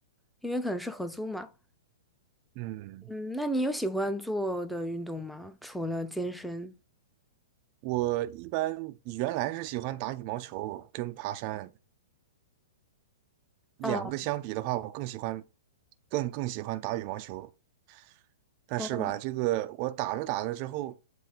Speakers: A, in the centre; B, on the right.
A: 因为可能是合租嘛。
B: 嗯，
A: 嗯，那你有喜欢做的运动吗？除了健身？
B: 我一般原来是喜欢打羽毛球跟爬山，两个相比的话，
A: 哦
B: 我更喜欢更更喜欢打羽毛球。但是吧，
A: 哦，
B: 这个我打着打着之后，